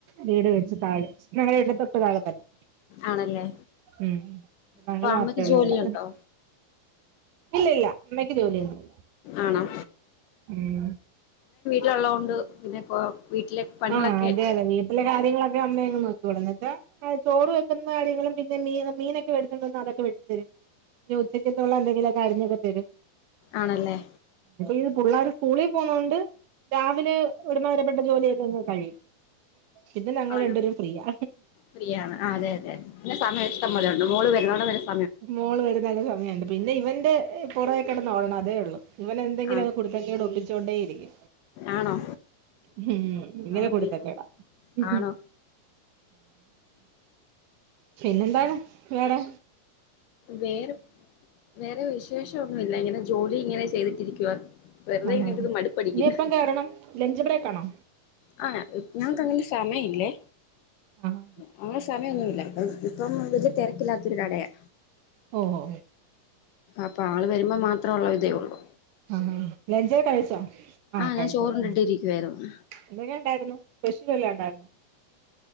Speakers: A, on the right; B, on the left.
A: വീട് വെച്ച് താഴെ ഞങ്ങളുടെ വീട്ടില തൊട്ട് താഴെ തന്നെ.
B: ആണല്ലേ
A: ഉം
B: അപ്പൊ
A: ങ്ങള്ൾ മാത്രേള്ളൂ
B: അമ്മയ്ക്ക് ജോലിയുണ്ടോ
A: ഇവിടെ. ഇല്ല ഇല്ല അമ്മക്ക് ജോലിയൊന്നുല്ല
B: ആണോ
A: ഉം.
B: ള ള്ളോണ്ട് പിന്നെകൊ പഠിയാക്
A: ആഹ് അതെ അതെ വീട്ടിലെ കാര്യങ്ങളൊക്കെ അമ്മേ അങ് നോക്യോളൂ എന്നെച്ചാ ചോറ് വെക്കുന്നാര്യാങ്ങളും പിന്നെ മീനൊ മീനൊക്കെ വെടുച്ചോണ്ട്ന്ന അതൊക്കെ വെട്ടി തരും പിന്നെ ഉച്ചക്ക്ത്തോളം എന്തെങ്കിലും ഒക്കെ അരിഞ്ഞൊക്കെ തരും.
B: ആണല്ലേ
A: ഇത് പുള്ളാര് സ്കൂളി പോവുന്നോണ്ട് രാവിലെ ഒരുമാതരപ്പെട്ട ജോലിയൊക്കന്ന കഴിയും. പിന്നെ ഞങ്ങൾ
B: ആണോ
A: രണ്ടുപേരും ഫ്രീയാ
B: ഫ്രീയാണ് ആ അതെ അതെ പിന്നെ സമയത് <inaudible> പോലെണ്ട് <unintelligible>
A: മോള് വരുന്നരു സമയുണ്ട് പിന്നെ ഇവന്റെ പുറകേ കിടന്ന് ഓടണം അതേള്ളു. ഇവനെന്തെങ്കില്ക്കേ
B: ആഹ്
A: കുരുത്തക്കേടൊക്കേ ഒപ്പിച്ചോണ്ടേരിക്കും.
B: ആണോ?
A: ഹും <unintelligible>
B: ആഹ്
A: കുരുത്തകേടാ.
B: പിന്നെ
A: ഉം
B: ആണോ
A: പിന്നെന്താണ് വേറെ?
B: വേറെ വേറെ വിശേഷഒന്നുല്ല ഇങ്ങനെ ജോലി ഇങ്ങനെ ചെയ്തിട്ടിരിക്കുവാ. വെറുതെ
A: ആഹ്
B: ഇങ്ങനെ ഇരുന്ന്
A: ഹ
B: മടുപ്പടിക്കുന്നു
A: ഇനി എപ്പം കേയറണം ലഞ്ച് ബ്രേക്കാണോ?
B: ആ ഞങ്ങക്ക് അങ്ങനെ സമയല്ലേ
A: ആഹാ
B: മച്ച് അങ്ങനെ സമയൊന്നുല്ല <unintelligible> ഇപ്പം <inaudible> തെരക്കില്ലാത്തൊരു കടയാ.
A: ഓഹോ
B: അപ്പൊ ആള് വരുമ്പോ മാത്രേ ഉള്ള ഇതേ ഉള്ളൂ?
A: ആഹ ലഞ്ചക്കൊ കഴിച്ചോ? ആഹ
B: ആഹ്
A: കഴിച്ചല്ലോ
B: ഞാൻ ചോറുണ്ടിട്ട്
A: ആ
B: ഇരിക്കുവായിരുന്നു
A: എന്തക്കേണ്ടായിരുന്നു? സ്പെഷ്യൽ വല്ലോണ്ടായിരുന്നോ?